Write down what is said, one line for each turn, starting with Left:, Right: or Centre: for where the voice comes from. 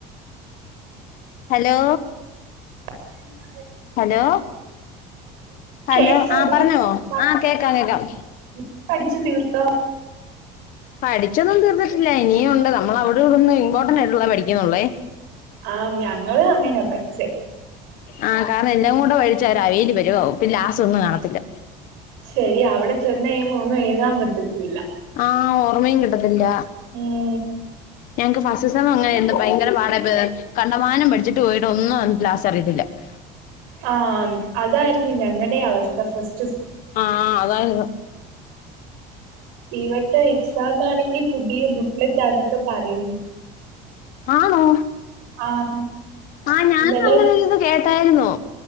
Left: ഹലോ
Right: സ്വയം മാറായിരുന്നു
Left: ഹലോ? ഹലോ
Right: കേക്കാടി
Left: ആ പറഞ്ഞോ
Right: പറഞ്ഞോ
Left: ആ കേക്കാം കേക്കാം.
Right: നീ പഠിച്ച് തീർത്തോ?
Left: പഠിച്ചൊന്നും തീർത്തിട്ടില്ല. ഇനിയൊണ്ട് നമ്മെളവിടി വെടെന്ന് ഇമ്പോർട്ടന്റൊയിട്ടൊള്ളേ പഠിക്കെന്നൊള്ളേ.
Right: ആഹ് ഞങ്ങളും അങ്ങനാ പഠിച്ചേ
Left: ആ കാരണം എല്ലാം കൂടെ വഴിച്ചോരഴീല് വെരാവും പിന്നെ ലാസ്റ്റൊന്നും കാണത്തില്ല.
Right: ശെരി അവെടെ ചെന്നെഴിയുമ്പോ ഒന്നും എഴുതാൻ പറ്റത്തില്ല.
Left: ആ ഓർമ്മയും കിട്ടത്തില്ല.
Right: ഉം
Left: ഞങ്ങക്ക് ഫാസ്റ്റ് സം അങ്ങനെരുന്നു ഭയങ്കര പാടയിപോയി കണ്ടമാനം പഠിച്ചിട്ട് പോയിട്ട് ഒന്നും ലാസ്റ്റ് അറിയത്തില്ല. അറിയത്തില്ല. <unintelligible>
Right: ആ അതായിരുന്നു ഞങ്ങടെ അവസ്ഥ. <unintelligible>
Left: ആ അതായിരുന്നു.
Right: ഇവടെ എക്സാാം ആണെങ്കിൽ പുതിയ ബുക്ക്ലെട്ടാന്നൊക്കെ പറയുന്നു.
Left: ആണോ?
Right: ആഹ്
Left: ആ ഞാനും
Right: ഇന്നലെ
Left: അങ്ങനൊരിത് കേട്ടായിരുന്നോ.